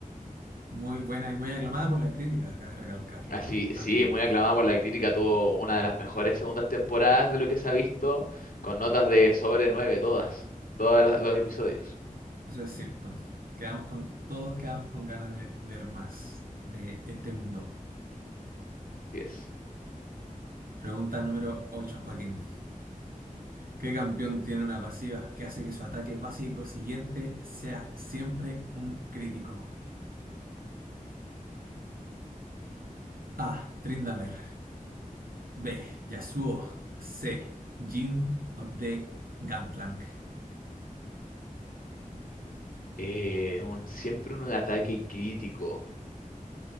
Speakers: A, on the right (about 85°); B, on the left (about 85°).
A: Muy buena y muy aclamada por la crítica, cabe recalcarlo
B: Así,
A: también.
B: sí, muy aclamada por la crítica, tuvo una de las mejores segundas temporadas de lo que se ha visto, con notas de sobre nueve todas, todos los episodios.
A: Eso es cierto. Quedamos con, todos quedamos con ganas de ver más de este mundo.
B: diez
A: Pregunta número 8, Joaquín. ¿Qué campeón tiene una pasiva que hace que su ataque básico siguiente sea siempre un crítico? A. Trindamer. B. Yasuo. C. Jhin. O D. Gangplank.
B: Eh, un, siempre un ataque crítico.